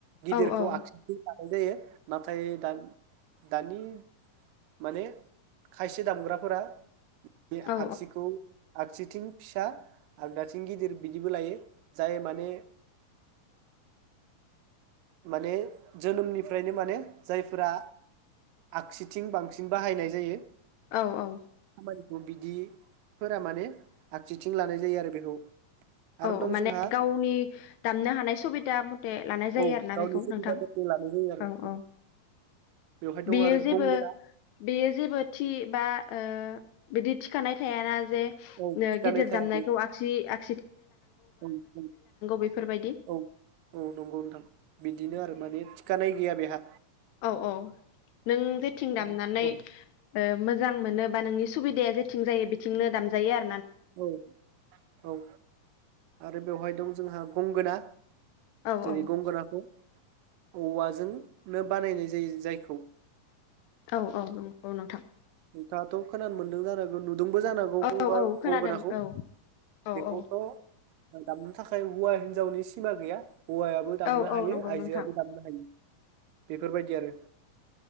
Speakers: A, on the right (about 80°); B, on the left (about 75°).
A: गिदिरखौ
B: औ औ
A: आखि लानाय जायो नाथाय दानि दानि माने खायसे दामग्राफोरा बे आगसिखौ
B: औ
A: आगसिथिं फिसा आगदाथिं गिदिर बिदिबो लायो जाय माने माने जोनोमनिफ्रायनो माने जायफोरा आगसिथिं बांसिन बाहायनाय जायो।
B: औ औ।
A: खामानिखौ बिदिफोरा माने आगसिथिं लानाय जायो आरो बेखौ। आरो
B: औ
A: दं
B: माने
A: जोंहा
B: गावनि दामनो हानाय सुबिदा मथे लानाय जायो
A: औ
B: आरोना
A: गावनि
B: बेखौ
A: सुबिदा
B: नोंथां।
A: मथे लानाय जायो आरो
B: औ औ
A: बेवहाय दं
B: बेयो
A: आरो
B: जेबो
A: गंगोना
B: बेयो जेबो थि बा आ ओ बिदि थिखानाय थायाना जे ओ
A: औ थिखानाय
B: गिदिर
A: थाया
B: दामनायखौ
A: बे
B: आगसि आग
A: <unintelligible>
B: बेफोरबायदि
A: औ औ नंगौ नोंथां बिदिनो आरो माने खानाय गैया बेहा।
B: औ औ नों जेथिं दामनानै
A: औ
B: ओ मोजां मोनो बा नोंनि सुबिदाया जेथिं जायो बिथिंनो दामजायो आरो।
A: औ औ आरो बेवहाय दं जोंहा गंगोना
B: औ
A: जेरै
B: औ
A: गंगोनाखौ औवाजोंनो बानायनाय जायो जायखौ।
B: औ औ नंगौ नोंथां।
A: नोंथाङाथ' खोनानो मोन्दों जानो हागौ नु दोंबो जानो हागौ
B: औ
A: गंगा
B: औ खोनादों
A: गंगोनाखौ
B: औ औ
A: बेखौथ'
B: औ
A: दामनो थाखाय हौवा हिनजावनि सिमा गैया। हौवायाबो दामनो
B: औ
A: हायो
B: औ नंगौ
A: आइजो
B: नोंथां
A: आबो दामनो हायो। बेफोर बायदि आरो